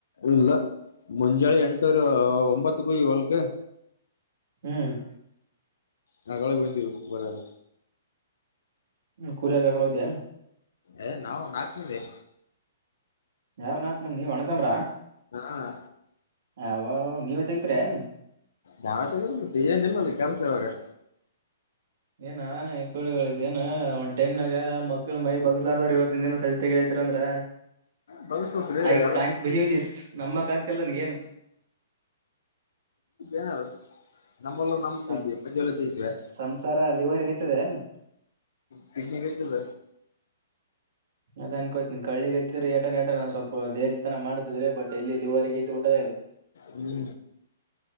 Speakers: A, on the left; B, on the right.
A: ಇಲ್ಲ ಮುಂಜಳೆ ಎಂಟೂರು ಒಂಬತ್ತಕ್ಕೂ ಎಳ್ಕೆ
B: ಹ್ಮ್
A: ಹಾಳಗೆ ಬಂದಿವ್ ಮನೆಗೆ
B: ಕೂಲಿಗೆ ಕರ್ಕೊಂಡ್ ಹೋಗಿದೆನ್ನು
A: ಏ ನಾವು ನಾಕ ಮಂದಿ
B: ಯಾರ್ ನಾಕು ಮಂದಿ ನೀವ್ ಅಣ್ತಮ್ಮರ
A: ಹ್ಮ್
B: ಅವ ಆವ ನಿವೆ ತೆಗಿತಿರೆನ್
A: ನಾವ ತೆಗೆವಿಟ್ವಿ ಮತ್ತೆ ಏನ ಇಲ್ಲಲ್ಲಿ ಕೆಲ್ಸ ಇವಾಗ
B: ಏನ ಕಳ ಹೇಳಿದ್ ಏನ್ ಒಂದ ಟಮ್ನಾಗ ಮಕ್ಳು ಮೈ ಬಗ್ಸ್ಲಾರ್ದ ಇವತ್ತಿನ ದಿನ ಸದ ತೆಗಿಲೈತಿ ದ್ರ
A: ಬಗ್ಸ್ಬೇಕ್ರೀ
B: ಐ
A: ಎಲ್ಲ
B: ಕ್ಯಾಂಟ್ ಬಿಲೀವ್ ದಿಸ್ ನಂಬಕ್ ಆಗ್ತಿಲ್ಲ ನೀ ಏನು
A: ಏನದ ನಮ್ಮಲ್ಲ ನಮ್
B: ಸಂ
A: ತೆಗ್ವಿ ಮಂದಿಲ್ಲ ತೆಗಿತೀವಿ
B: ಸಂಸಾರ ಲಿವರ್ಗೆಯ್ತದನು
A: ಕಿಡ್ನಿ ಗತ್ತದ
B: ಅದ ಅನ್ಕೋತ ಕಳ್ಳಿಗ್ ಐತಿದ್ರ ಏಟಾ ಏಟ ಸ್ವಲ್ಪ ಲೇಜ್ ತನ ಮಾಡ್ತಿದ್ರೆ ಬಟ್ ಎಲ್ಲಿ ಇಲ್ಲಿವರೆರಿಗೆ ಗೈತ್ ಊಟ ಅದೇ <unintelligible>
A: ಹ್ಮ್